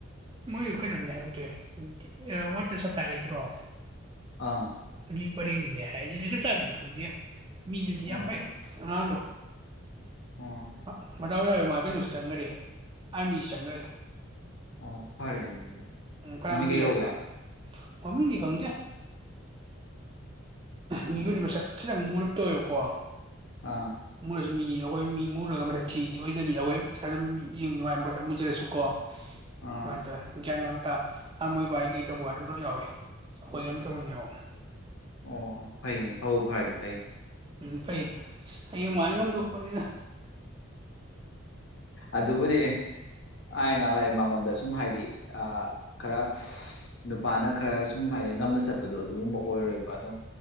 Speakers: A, on the right; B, on the left.
A: ꯃꯣꯏ ꯀꯩꯅꯣꯅꯤ ꯍꯥꯏꯒꯦ ꯇꯧꯋꯦ ꯋꯥꯇꯔ ꯁꯄ꯭ꯂꯥꯏ ꯂꯩꯇ꯭ꯔꯣ
B: ꯑꯥ
A: ꯒꯤ ꯄꯔꯦꯡꯗꯅꯦ ꯍꯥꯏꯔꯤꯁꯤꯁꯨꯦ ꯆꯞ ꯆꯥꯕꯤꯗꯤ ꯈꯪꯗꯦ ꯃꯤꯗꯨꯗꯤ
B: ꯑꯣ
A: ꯌꯥꯝ ꯐꯩ ꯑꯉꯥꯡꯗꯣ
B: ꯑꯣ
A: ꯑ ꯃꯗꯥꯎ ꯌꯥꯎꯕ ꯃꯥ ꯀꯩꯅꯣꯁꯨ ꯆꯪꯒꯔꯦ ꯑꯥꯔꯃꯤꯁꯨ ꯆꯪꯒꯔꯦ
B: ꯑꯣ ꯐꯔꯦꯅꯦ ꯑꯗꯨꯗꯤ
A: ꯎꯝ ꯐꯔꯥꯝ
B: ꯃꯃꯤꯡ
A: ꯀꯨꯏꯔꯝꯅꯤ
B: ꯀꯩ ꯀꯧꯒꯦ
A: ꯃꯥ ꯃꯃꯤꯡꯗꯤ ꯈꯪꯗꯦ
B: ꯑꯣ
A: ꯃꯤꯑꯣꯏꯔꯤꯕ ꯃꯁꯛ ꯈꯤꯇꯪ ꯃꯨꯔꯞ ꯇꯣꯏꯀꯣ
B: ꯑꯥ
A: ꯃꯔꯁꯨꯃꯤ ꯑꯩꯈꯣꯏ ꯃꯤ ꯃꯨꯔꯒ ꯃꯁꯛ ꯊꯤꯗꯤ ꯑꯣꯏꯗꯕꯤ ꯑꯈꯣꯏ ꯃꯁꯥ ꯑꯗꯨꯝ ꯌꯦꯡ ꯅꯨꯡꯉꯥꯏꯕ ꯃꯁꯛ ꯃꯨꯖꯔꯁꯨ ꯀꯣ
B: ꯑꯥ
A: ꯍꯣꯏ ꯇꯣ ꯒ꯭ꯌꯥꯟ ꯌꯥꯝ ꯍ ꯃꯣꯏ ꯕꯥꯏꯒꯤ ꯇꯧꯕ ꯍꯥꯏ ꯑꯗꯨꯝ ꯌꯥꯎꯏꯤ ꯑꯩꯈꯣꯏ ꯑꯃꯇꯥ ꯑꯣꯏꯅ ꯌꯥꯎꯑꯦ
B: ꯑꯣ ꯐꯩꯅꯦ ꯐꯥꯎ ꯐꯔꯗꯤꯐꯩ
A: ꯎꯝ ꯐꯩ ꯍꯌꯦꯡ ꯃꯥꯅ ꯉꯝꯗꯧꯄꯣꯠꯅꯤꯅ
B: ꯑꯗꯨꯕꯨꯗꯤ ꯑ ꯉꯂ ꯃꯉꯣꯟꯗꯁꯨ ꯁꯨꯝ ꯍꯥꯏꯗꯤ ꯈꯔ ꯅꯨꯄꯥꯅ ꯈꯔ ꯁꯨꯝ ꯍꯥꯏꯗꯤ ꯉꯝꯅ ꯆꯠꯄꯗꯣ ꯑꯗꯨꯒꯨꯝꯕ ꯑꯣꯏꯔꯣꯏꯕ ꯑꯗꯨꯝ